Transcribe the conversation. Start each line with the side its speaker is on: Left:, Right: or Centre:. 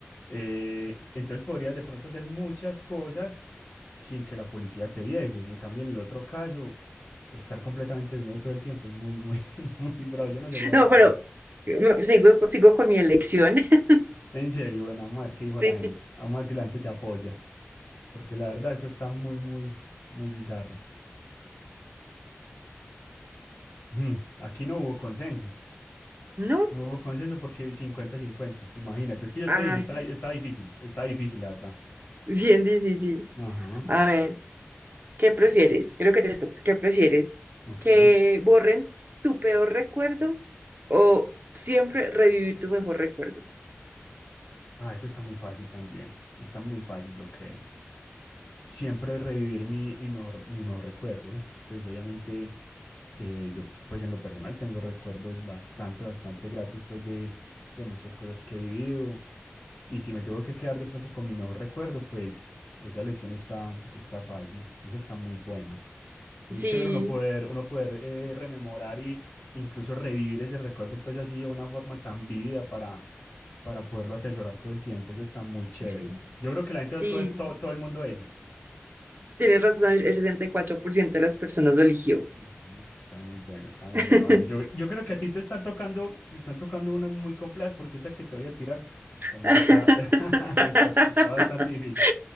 Left: Eh, entonces podrías de pronto hacer muchas cosas sin que la policía te viese. En cambio, en el otro caso, estar completamente desnudo todo el tiempo es muy, muy... <laughs> Muy bravo, yo no sería
Right: No,
Left: capaz.
Right: pero no, sigo, sigo con mi elección. <laughs>
Left: En serio, bueno, vamos a ver qué dijo
Right: Sí.
Left: la gente. Vamos a ver si la gente te apoya. Porque la verdad, esa está muy, muy, muy bizarra. Mm, Aquí no hubo consenso.
Right: No.
Left: No hubo consenso porque cincuenta-cincuenta. Imagínate, es que yo
Right: Ah,
Left: te dije, está, está difícil. Está difícil, la verdad.
Right: bien difícil.
Left: Ajá,
Right: A ver, ¿qué prefieres? Creo que te toca. ¿Qué prefieres?
Left: ok.
Right: ¿Que borren tu peor recuerdo o siempre revivir tu mejor recuerdo?
Left: Ah, eso está muy fácil también. Está muy fácil, yo creo. siempre revivir mi, mi mejor, mi mejor recuerdo. Pues obviamente eh, yo pues en lo personal tengo recuerdos bastante, bastante gratos pues de, de muchas cosas que he vivido. Y si me tengo que quedar de pronto con mi mejor recuerdo, pues esa elección está, está fácil, esa está muy buena. Muy
Right: Sí,
Left: chévere uno poder, uno poder eh, rememorar y incluso revivir ese recuerdo pues así de una forma tan vívida para, para poderlo atesorar todo el tiempo. Eso está muy chévere.
Right: sí, sí.
Left: Yo creo que la gente
Right: sí.
Left: va a escoger to- todo el mundo esa.
Right: Tienes razón, el 64% de las personas lo eligió.
Left: Ujú, Estaba muy bueno, estaba muy
Right: <laughs>
Left: bueno. Bueno, yo, yo creo que a ti te están tocando, te están tocando unas muy complejas porque esa que te voy a tirar también
Right: <laughs>
Left: está, <laughs> está, está bastante difícil.